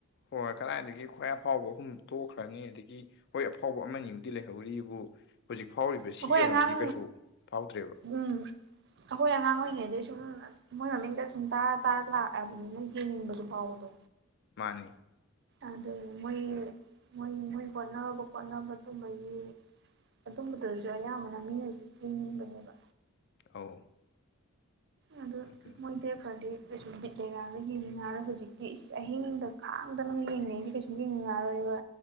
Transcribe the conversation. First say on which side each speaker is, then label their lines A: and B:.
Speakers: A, on the left (about 50°); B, on the right (about 55°).
A: ꯍꯣꯏ ꯀꯗꯥꯏꯗꯒꯤ ꯈ꯭ꯋꯥꯏ ꯑꯐꯥꯎꯕ ꯑꯍꯨꯝ ꯇꯣꯛꯈ꯭ꯔꯅꯤ ꯑꯗꯒꯤ ꯍꯣꯏ ꯑꯐꯥꯎ ꯑꯃꯅꯤꯕꯨꯗꯤ ꯂꯩꯍꯧꯔꯤꯕꯨ ꯍꯧꯖꯤꯛ ꯐꯥꯎꯔꯤꯕ ꯁꯤ
B: ꯑꯩꯈꯣꯏ
A: ꯌꯧꯅꯗꯤ
B: ꯑꯉꯥꯡ
A: ꯀꯩꯁꯨ ꯐꯥꯎꯗ꯭ꯔꯦꯕ
B: ꯎꯝ ꯑꯩꯈꯣꯏ ꯑꯉꯥꯡ ꯑꯣꯏꯔꯤꯉꯩꯗꯗꯤ ꯁꯨꯝ ꯃꯣꯏ ꯃꯃꯤꯡꯒ ꯁꯨꯝ ꯇꯥꯔ ꯇꯥꯔ ꯂꯥꯛꯑꯕꯅꯤꯅ ꯌꯦꯡꯅꯤꯡꯕꯗꯨ ꯐꯥꯎꯕꯗꯣ
A: ꯃꯥꯅꯦ
B: ꯑꯗꯨ ꯃꯣꯏ ꯃꯣꯏ ꯃꯣꯏ ꯍꯣꯠꯅꯕ ꯈꯣꯠꯅꯕ ꯇꯨꯝꯃꯒꯤ ꯑꯗꯨꯝꯕꯗꯨꯁꯨ ꯑꯌꯥꯝꯕꯅ ꯃꯤꯅꯁꯨ ꯌꯦꯡꯅꯤꯡꯕꯅꯦꯕ
A: ꯑꯧ
B: ꯑꯗꯨ
A: ꯑꯗꯨꯅꯤ
B: ꯃꯣꯏꯗꯦꯛꯄꯗꯤ ꯀꯩꯁꯨ ꯂꯩꯔꯥꯒ ꯌꯦꯡꯟꯅꯔ ꯍꯧꯖꯤꯛꯇꯤ ꯑꯍꯤꯡꯗ ꯈꯥꯡꯗꯅ ꯌꯦꯡꯉꯩꯁꯤ ꯀꯩꯁꯨ ꯌꯦꯡꯅꯤꯡꯉꯔꯣꯏꯕ